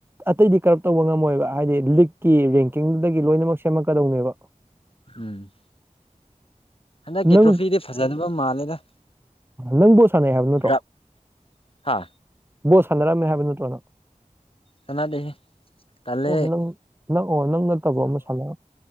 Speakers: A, on the right (about 15°); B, on the left (about 45°).
A: ꯑꯇꯩꯗꯤ ꯀꯔꯞ ꯇꯧꯕ ꯉꯝꯃꯣꯏꯕ ꯍꯥꯏꯗꯤ ꯂꯤꯛꯀꯤ ꯔꯦꯡꯀꯤꯡꯗꯨꯗꯒꯤ ꯂꯣꯏꯅꯃꯛ ꯁꯦꯝꯃꯛꯀꯗꯧꯅꯦꯕ
B: ꯎꯝ ꯍꯟꯗꯛꯀꯤ
A: ꯅꯪ
B: ꯇ꯭ꯔꯣꯐꯤꯗꯤ ꯐꯖꯗꯕ ꯃꯥꯜꯂꯦꯗ
A: ꯅꯪ ꯕꫭꯜ ꯁꯥꯟꯅꯩ ꯍꯥꯏꯕ ꯅꯠꯇ꯭ꯔꯣ
B: ꯗ꯭ꯔꯞ ꯍꯥ
A: ꯕꯣ ꯁꯥꯟꯅꯔꯝꯃꯦ ꯍꯥꯏꯕ ꯅꯠꯇ꯭ꯔꯣꯅ
B: ꯁꯥꯟꯅꯗꯦꯍꯦ ꯇꯜꯂꯦ
A: ꯑꯣ ꯅꯪ ꯅꯪ ꯑꯣ ꯅꯪ ꯅꯠꯇꯕ ꯑꯃ ꯁꯥꯟꯅ